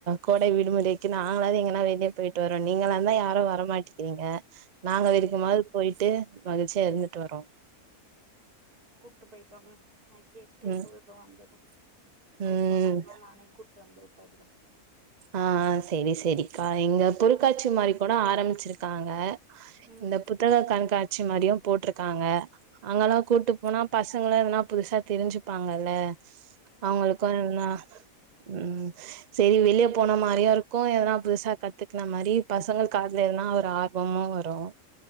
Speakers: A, on the right (about 55°); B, on the right (about 85°).
A: கோடை விடுமுறைக்கு நாங்களாவது எங்கனா வெளிய போயிட் வரோம் நீங்களாந்தா யாரும் வரமாட் கிறீங்க நாங்க வெரிக்குமாது
B: ம்
A: போயிட்டு மகிழ்ச்சியா இருந்துட் வர்றோ
B: கூப்ட்டு போய்ட் வாங்க நா கேட்டே
A: ம்
B: சொல்றே வந்தது அவரு
A: ம்
B: சொன்னாருன்னா நானே கூப்ட் வந்து உட்டுட்ற
A: ஆ செரி செரிக்கா இங்க பொருள்க்காட்சி மாரி கூட ஆரம்பிச்சிருக்காங்க
B: ம்
A: இந்த புத்தக கண்காட்சி மாரியு போட்ருக்காங்க அங்கெல்லா கூட்டு
B: ம்
A: போனா பஸ் சங்களு எதுன்னா புதுசா தெரிஞ்சுப்பாங்கல்ல அவங்களுக்கு
B: ஆமா
A: எதுன்னா ம் சேரி வெளியேப் போன மாரியு இருக்கு எதனா புதுசா கத்துக்குன மாரி பசங்களுக்கு அதுல எதனா ஒரு ஆர்வமும் வரும்